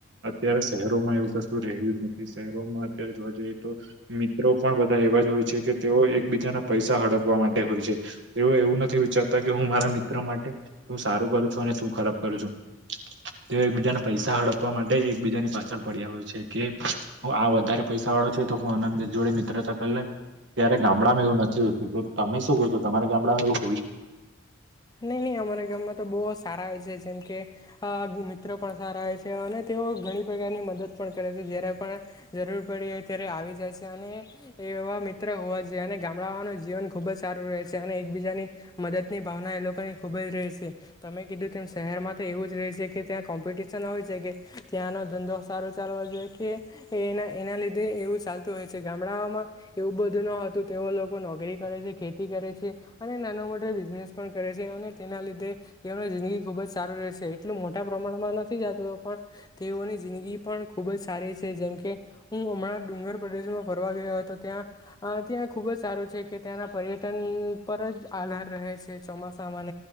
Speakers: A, on the right; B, on the left.
A: અત્યારે શહેરોમાં એવું કશું રહ્યું જ નથી શહેરોમાં અત્યારે જોવા જઈએ તો મિત્રો પણ બધા એવા જ હોય છે કે તેઓ એકબીજાના પૈસા હડપવા માટે હોય છે તેઓ એવું નથી વિચારતા કે હું હું મારા મિત્રો માટે હું સારું કરું છું અને તું ખરાબ કરું છું. તે એકબીજાને પૈસા હડપવા માટે એકબીજાની પાછળ પડ્યા હોય છે કે આ વધારે પૈસા તો <unintelligible> જોડ તરત પેલે ત્યારે ગામડામાં એવું નથી હોતું તો તમે શું કો છો તમારે ગામડામાંવું
B: નઈ નહી અમારા ગામમાં તો બહ સારા હોય છે જેમ કે આ મિત્ર પણ સારા આવે છે અને તેઓ ઘણી પ્રકારની મદદ પણ કરે છે જ્યારે પણ જરૂર પડી ત્યારે આવી જાય છે અને એ એવા મિત્ર હોવા જોઈએ અને ગામડાઓનું જીવન ખુબ જ સારું રહે છે અને એકબીજાની મદદની ભાવના એ લોકોને ખૂબ જ રહે છે તમે કીધું તેમ શહેરમાં તો એવું જ રહે છે કે ત્યાં કોમ્પિટિશન હોય છે કે ત્યાંનો ધંધો સારો ચાલવો જોઈએ કે એ એના લીધે એવું ચાલતું હોય છે. ગામડામાં એવું બધું ન હતું તેઓ લોકો નોકરી કરે છે ખેતી કરે છે અને નાના મોટા બિઝનેસ પણ કરે છે અને તેના લીધે એ જિંદગી ખુબ જ સારું રહે છે એટલું મોટા પ્રમાણમાં નથી તેઓની જિંદગી પણ ખુબ જ સારી છે જેમકે હું હમણાં ડુંગર પ્રદેશમાં ફરવા ગયો તો ત્યાં ત્યાં ખુબ જ સારું છે કે ત્યાંના પર્યટન પર જ આધાર રહે છે ચોમાસામાં